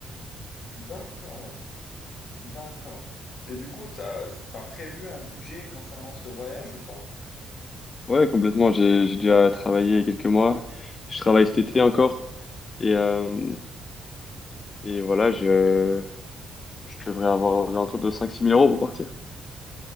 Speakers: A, on the left; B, on the left.
A: D'accord, d'accord. Et du coup, t'as, t'as prévu un budget concernant ce voyage ou pas?
B: Ouais, complètement. J'ai, j'ai déjà travaillé quelques mois. Je travaille cet été encore. Et, euh, et voilà, je, je devrais avoir aux alentours de cinq six mille euros pour partir.